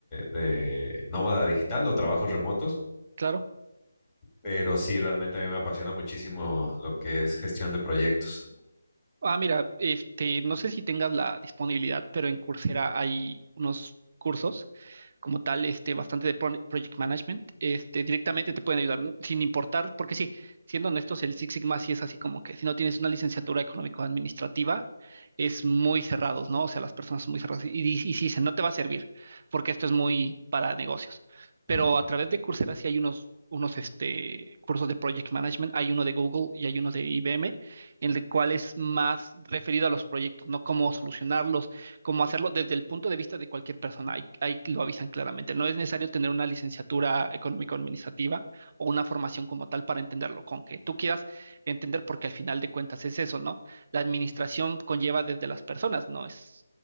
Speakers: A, on the left; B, on the right.
A: de nómada digital o trabajos remotos,
B: claro.
A: pero sí, realmente a mí me apasiona muchísimo lo que es gestión de proyectos.
B: Ah, mira, este, no sé si tengas la disponibilidad, pero en Coursera hay unos cursos como tal, este, bastante de pro- project management, este, directamente te pueden ayudar sin importar, porque sí, siendo honestos, el Six Sigma sí es así como que si no tienes una licenciatura económico-administrativa, es muy cerrados, ¿no? O sea, las personas son muy cerradas y, di- y sí dicen, no te va a servir, porque esto es muy para negocios. Pero
A: Ujú.
B: a través de Coursera sí hay unos, unos, este, cursos de project management, hay uno de Google y hay uno de IBM en el cual es más referido a los proyectos, ¿no? Cómo solucionarlos, cómo hacerlo desde el punto de vista de cualquier persona. Ahí, ahí lo avisan claramente. No es necesario tener una licenciatura económico-administrativa o una formación como tal para entenderlo, con que tú quieras entender, porque al final de cuentas es eso, ¿no? La administración conlleva desde las personas, no es